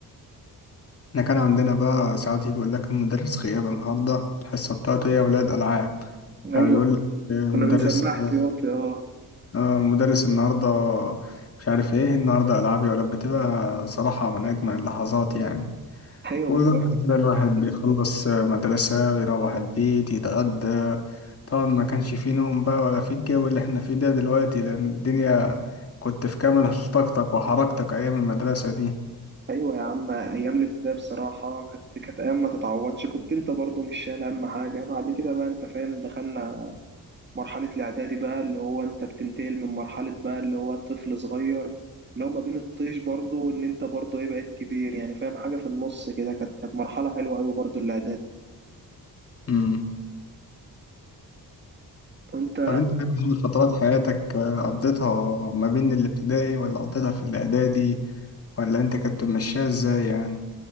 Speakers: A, on the left; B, on the right.
A: احنا كان عندنا بقى ساعات يجي يقول لك المدرس غياب النهارده الحصة بتاعته هي أولاد ألعاب
B: أيوه
A: أو يقول لك مدرس
B: كنا بنسبح ياطي اه
A: آه، مدرس النهارده مش عارف ايه النهارده ألعاب يا ولاد بتبقى صراحة من أجمل اللحظات يعني
B: ايوه
A: وبقى
B: بالظبط
A: كده الواحد بيخلص مدرسة بيروح البيت يتغدى طبعا ما كانش فيه نوم بقى ولا فيه الجو اللي احنا فيه ده دلوقتي لأن الدنيا كنت في كامل طاقتك وحركتك أيام المدرسة دي
B: ايوه يا عم ايام الابتدائي بصراحه كانت كانت ايام ما تتعوضش كنت انت برضو مش شايل اهم حاجه بعد كده بقى انت فاهم دخلنا مرحله الاعدادي بقى اللي هو انت بتنتقل من مرحله بقى اللي هو طفل صغير اللي هو ما بين الطيش برضو ان انت برضو ايه بقيت كبير يعني فاهم حاجه في النص كده كانت كانت مرحله حلوه قوي برضو الاعدادي
A: مم.
B: وانت
A: طب انت هل فترات حياتك آه، قضيتها ما بين الابتدائي ولا قضيتها في الاعدادي ولا انت كنت ماشيها ازاي يعني